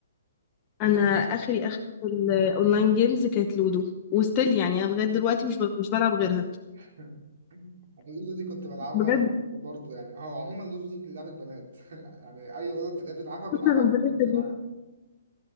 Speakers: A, on the right (about 60°); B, on the left (about 25°).
A: وممكن
B: انا اخري اخري في الاونلاين جيمز كانت لودو وستيل يعني انا لغايه دلوقتي مش ب... مش بلعب غيرها
A: <laughs> أنا اللودو دي كنت بلعبها
B: بجد
A: برضه يعني هو عموما اللودو دي لعبة بنات <laughs> يعني أي ولد تلاقيه بيلعبها بيلعبها
B: شكرا
A: عشان
B: ربنا
A: البنت
B: يخليك
A: اللي معاه